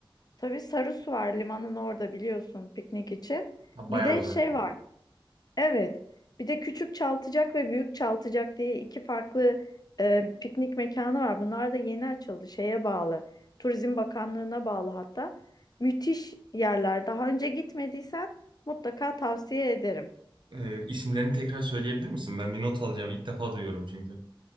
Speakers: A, on the left; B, on the right.
A: tabii Sarısu var limanın orada biliyorsun piknik için.
B: Ha, bayağı
A: Bir de
B: uzak.
A: şey var. Evet. Bir de Küçük Çaltıcak ve Büyük Çaltıcak diye iki farklı e, piknik mekanı var. Bunlar da yeni açıldı. Şeye bağlı. Turizm Bakanlığı'na bağlı hatta. Müthiş yerler. Daha önce gitmediysen mutlaka tavsiye ederim.
B: E, isimlerini tekrar söyleyebilir misin? Ben bir not alacağım. İlk defa duyuyorum çünkü.